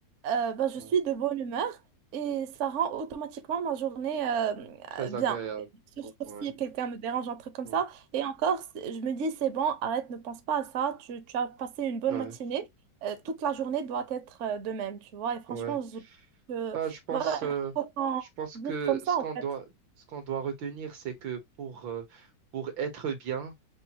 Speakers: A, on the right; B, on the right.
A: euh, bah, je
B: ouais.
A: suis de bonne humeur et ça rend automatiquement ma journée euh,
B: Très
A: euh, bien.
B: agréable.
A: Sur, sur
B: ouais.
A: si quelqu'un me dérange, un truc comme
B: Ouais,
A: ça. Et encore, c'est- je me dis, c'est bon, arrête, ne pense pas à ça. Tu, tu as passé une bonne
B: ouais,
A: matinée. Euh, toute la journée doit être euh, de même, tu vois. Et franchement,
B: ouais.
A: je, je-
B: Bah, je pense,
A: voilà,
B: euh,
A: il faut qu'on
B: je pense
A: vive
B: que
A: comme ça,
B: ce
A: en
B: qu'on doit,
A: fait.
B: ce qu'on doit retenir, c'est que pour, euh, pour être bien,